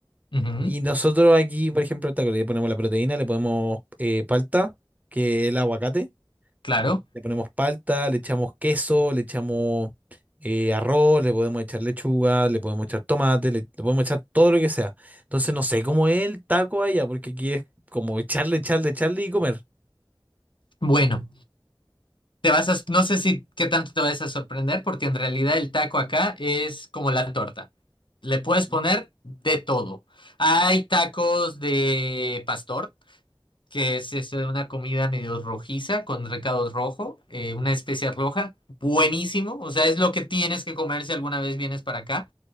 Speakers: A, on the left (about 80°); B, on the right (about 20°).
A: ujú, ujú,
B: Y nosotros aquí, por ejemplo, al taco le ponemos la proteína, le ponemos eh, palta, que es el aguacate,
A: Claro.
B: le ponemos palta, le echamos queso, le echamos eh, arroz, le podemos echar lechuga, le podemos echar tomate, le, le podemos echar todo lo que sea. Entonces no sé cómo es el taco allá, porque aquí es como echarle, echarle, echarle y comer.
A: Bueno, te vas a, no sé si qué tanto te vas a sorprender, porque en realidad el taco acá es como la torta. Le puedes
B: Mm.
A: poner de todo. Hay tacos de pastor. que es eso de una comida medio rojiza con recado rojo, eh, una especia roja, buenísimo, o sea, es lo que tienes que comer si alguna vez vienes para acá.